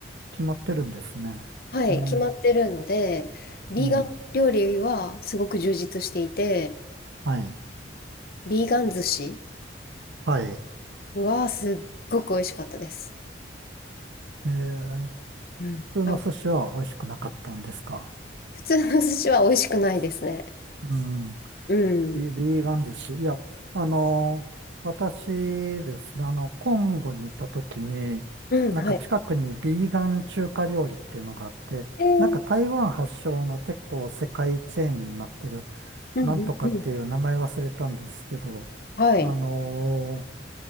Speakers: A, on the right (about 75°); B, on the left (about 50°).
A: 決まってるんですね。
B: ば、はい、
A: えー、
B: 決まってるので、ビーガン料理はすごく充実していて、
A: うん。はい。
B: ビーガン寿司
A: はい。え
B: はすっごく美味しかったです。
A: ー、
B: うん。
A: 普通の寿司は美味しくなかったんですか
B: あ、普通の寿司は美味しくないですね。
A: うん。
B: うん。
A: ビ、ビーガン寿司。いや、あのー私ですね、あの、コンゴに行った時に、
B: うん、
A: なんか近くにビーガン中華料理っていうのがあって、
B: はい。えー、
A: なんか台湾発祥の結構世界チェーンになってる、
B: うん、
A: なんとかっていう名前忘れたんですけど、
B: うん、うん。はい。
A: あのー